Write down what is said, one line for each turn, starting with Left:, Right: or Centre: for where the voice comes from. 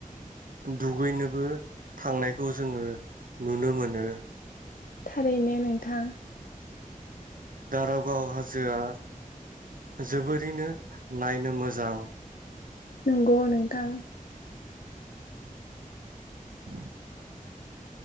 Right: दुगैनोबो थांनायखौ जोङो नुनो मोनो।
Left: थारैनो नोंथां।
Right: दारागाव हाजोआ जोबोरैनो नायनो मोजां
Left: नंगौ नोंथां।
Right: <inaudible>